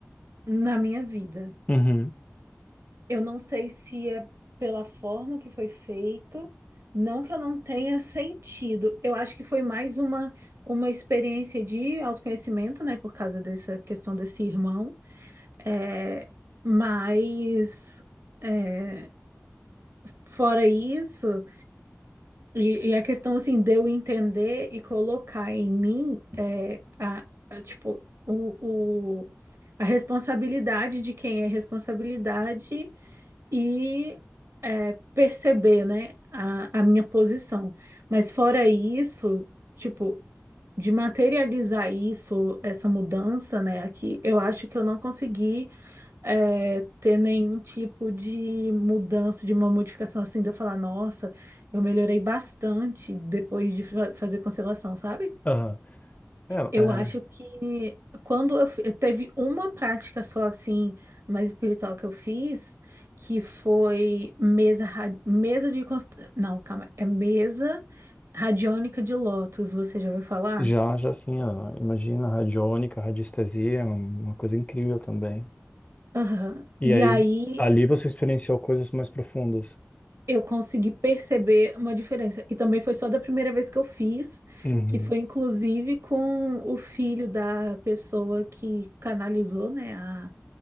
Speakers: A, on the right; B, on the left.
A: na minha vida.
B: Uhum.
A: Eu não sei se é pela forma que foi feito, não que eu não tenha sentido. Eu acho que foi mais uma, uma experiência de autoconhecimento, né, por causa dessa questão desse irmão, é, mas. eh, Fora isso, e, e a questão assim de eu entender e colocar em mim é, a, a, tipo o, o- a responsabilidade de quem é responsabilidade e é, perceber, né, a, a minha posição. Mas fora isso, tipo, de materializar isso, essa mudança, né, aqui, eu acho que eu não consegui é, ter nenhum tipo de mudança, de uma modificação assim, de eu falar, nossa, eu melhorei bastante depois de fa- fazer constelação, sabe?
B: Aham.
A: Eu
B: É,
A: acho que quando eu, fi- eu teve uma prática só assim, mais espiritual que eu fiz, que foi mesa, ra- mesa de const- não, calma, é mesa radiônica de lótus, você já ouviu falar?
B: é, já, já assim, ó, imagina radiônica, radiestesia, é um, uma coisa incrível também.
A: Aham.
B: E
A: E
B: aí,
A: aí
B: ali você experienciou coisas mais profundas.
A: eu consegui perceber uma diferença. E também foi só da primeira vez que eu fiz,
B: Uhum.
A: que foi inclusive com o filho da pessoa que canalizou, né, a,